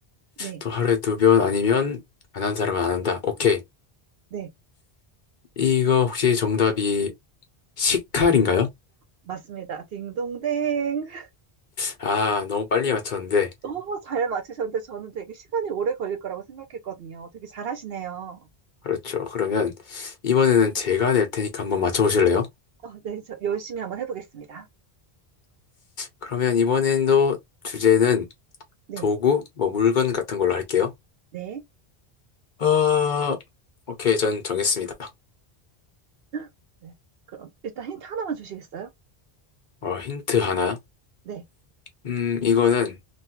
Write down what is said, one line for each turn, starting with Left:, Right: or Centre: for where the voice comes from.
Right: 네,
Left: 또 하루에 두 번 아니면 안 한 사람은 안 한다. 오케이.
Right: 네.
Left: 이거 혹시 정답이 식칼인가요?
Right: 맞습니다. 딩동댕. <laughs>
Left: 아, 너무 빨리 맞췄는데.
Right: 너무 잘 맞추셨는데 저는 되게 시간이 오래 걸릴 거라고 생각했거든요. 되게 잘하시네요.
Left: 그렇죠. 그러면 이번에는 제가 낼 테니까 한번 맞춰보실래요?
Right: 아, 네, 저 열심히 한번 해보겠습니다.
Left: 그러면 이번에도 주제는
Right: 네,
Left: 도구, 뭐 물건 같은 걸로 할게요.
Right: 네.
Left: 어, 오케이. 전 정했습니다.
Right: <gasps> 네. 그럼 일단 힌트 하나만 주시겠어요?
Left: 어, 힌트 하나.
Right: 네.
Left: 음, 이거는